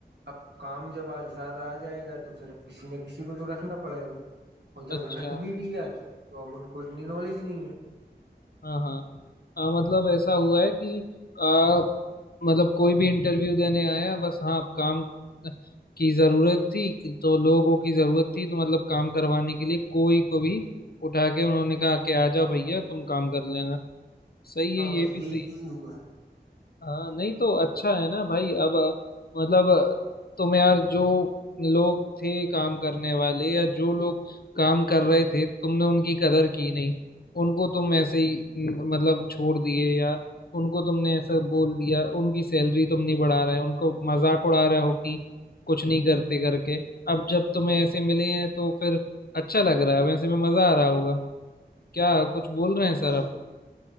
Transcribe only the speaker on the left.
अच्छा
हाँ हाँ हाँ, मतलब ऐसा हुआ है कि आ, मतलब कोई भी इंटरव्यू देने आया बस हाँ काम की जरूरत थी कि- तो लोगों की जरूरत थी तो मतलब काम करवाने के लिए कोई को भी उठा के उन्होंने कहा कि आ जाओ भैया तुम काम कर लेना सही है
ये
भी
सही
है
हाँ नहीं तो अच्छा है ना भाई अब अ, मतलब अ, तुम यार जो लोग थे काम करने वाले या जो लोग काम कर रहे थे तुमने उनकी कदर की नहीं उनको तुम ऐसे ही न, मतलब छोड़ दिए या उनको तुमने ऐसा बोल दिया उनकी सैलरी तुम नहीं बढ़ा रहे उनको मजाक उड़ा रहे हो कि कुछ नहीं करते करके अब जब तुम्हें ऐसे मिले हैं तो फिर अच्छा लग रहा है वैसे में मजा आ रहा होगा क्या कुछ बोल रहे हैं
सर आप